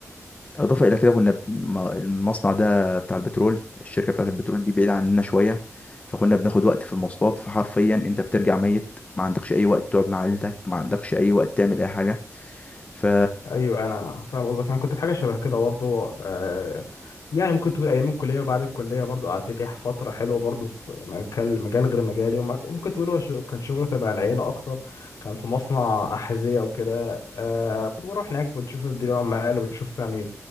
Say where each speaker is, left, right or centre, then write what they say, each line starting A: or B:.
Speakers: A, on the left (about 25°); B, on the left (about 80°).
A: إضافة إلى كده كنا ب- م- المصنع ده بتاع البترول الشركة بتاعة البترول دي بعيدة عننا شوية فكنا بناخد وقت في المواصلات فحرفيا أنت بترجع ميت ما عندكش أي وقت تقعد مع عيلتك ما عندكش أي وقت تعمل أي حاجة ف
B: ايوه انا فاهم قصدك انا كنت في حاجه شبه كده برضه آه يعني ممكن تقول ايام الكليه وبعد الكليه برضه قعدت لي فتره حلوه برضه في مجال مجال غير مجالي وم- وممكن تقول هو شغ- كان شغل تبع العيله اكتر كان في مصنع احذيه وكده آه كنت بروح هناك بتشوف مدير العمال وبشوف يعني